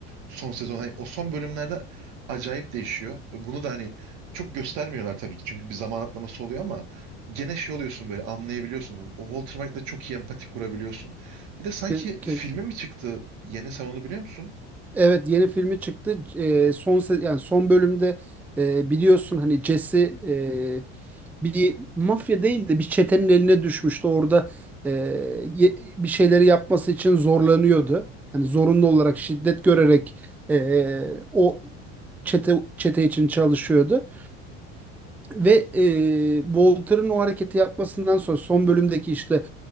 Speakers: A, on the right; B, in the centre.
A: Son sezon hani o son bölümlerde acayip değişiyor. Bunu da hani çok göstermiyorlar tabii ki çünkü bir zaman atlaması oluyor ama gene şey oluyorsun böyle anlayabiliyorsun. O Walter White'la çok iyi empati kurabiliyorsun. Bir de sanki
B: ke- ke-
A: filmi mi çıktı? Yeni sen onu biliyor musun?
B: Evet yeni filmi çıktı. Ee, son se- yani son bölümde e, biliyorsun hani Jesse e, bir mafya değil de bir çetenin eline düşmüştü. Orada e, ye- bir şeyleri yapması için zorlanıyordu. Hani zorunlu olarak şiddet görerek e, o çete çete için çalışıyordu. Ve e, Walter'ın o hareketi yapmasından sonra son bölümdeki işte